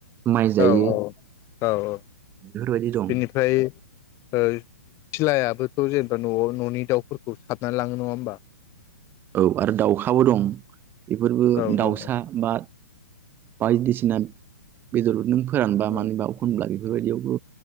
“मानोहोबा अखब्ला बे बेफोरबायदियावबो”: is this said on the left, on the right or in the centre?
Right